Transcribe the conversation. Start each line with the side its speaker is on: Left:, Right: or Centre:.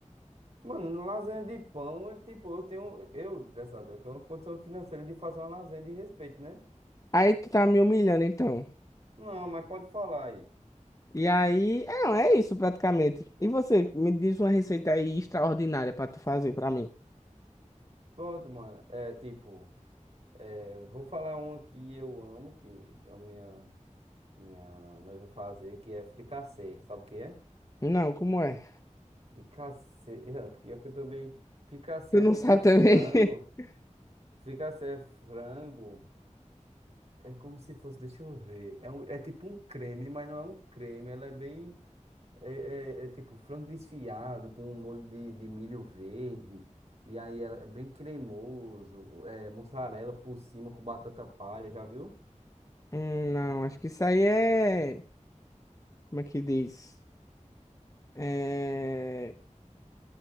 Right: Mano, lasanha de pão, é tipo, eu tenho. Eu, dessa, eu tenho uma condição financeira de fazer uma lasanha de respeito, né?
Left: Aí tu tá me humilhando então.
Right: não, mas pode falar aí.
Left: E aí, é, é isso praticamente. E você, me diz uma receita aí extraordinária pra tu fazer pra mim.
Right: Pronto, mano. É tipo, é, vou falar uma que eu amo, que é a minha, minha noiva fazer, que é fricassê. Sabe o que é?
Left: Não, como é?
Right: Fricassê. <laughs> É, pior que eu também. Fricassê
Left: Tu
Right: é
Left: não
Right: tipo
Left: sabe
Right: um frango.
Left: também? <laughs>
Right: Fricassê é frango. É como se fosse, deixa eu ver. É, um- é tipo um creme, mas não é um creme. Ela é bem. É, é- é tipo frango desfiado com um molho de, de milho verde. E aí ela é bem cremoso. É mussarela por cima com batata palha, já viu?
Left: Hum, não, acho que isso aí é. Como é que diz? É...